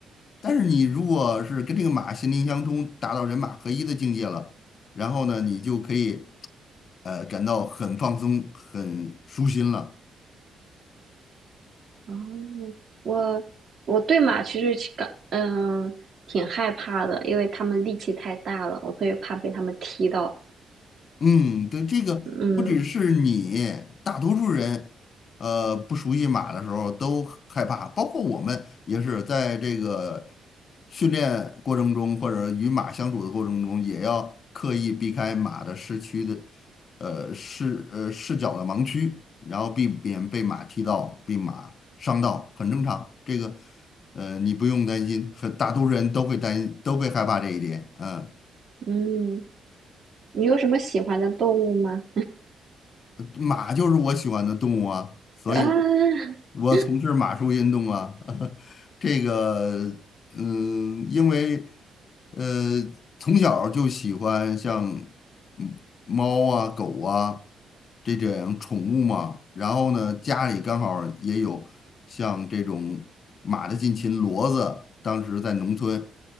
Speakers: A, on the left; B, on the right.
A: 但是你如果是跟这个马心灵相通，达到人马合一的境界了，然后呢，你就可以呃感到很放松、很舒心了。
B: 哦，我我对马其实其感嗯挺害怕的，因为他们力气太大了，我特别怕被他们踢到。
A: 嗯，对，这个不只是你，
B: 嗯
A: 大多数人，呃，不熟悉马的时候都害怕，包括我们也是在这个训练过程中，或者与马相处的过程中，也要刻意避开马的视区的，呃，视呃视角的盲区，然后避免被马踢到、被马伤到，很正常。这个，呃，你不用担心，很大多数人都会担都会害怕这一点，嗯。
B: 嗯，你有什么喜欢的动物吗？
A: 马就是我喜欢的动物啊，所以
B: <laughs>
A: 我从事马术运动啊。<laughs> 这个嗯，因为呃，从小就喜欢像嗯猫啊、狗啊这种宠物嘛。然后呢，家里刚好也有像这种马的近亲骡子，当时在农村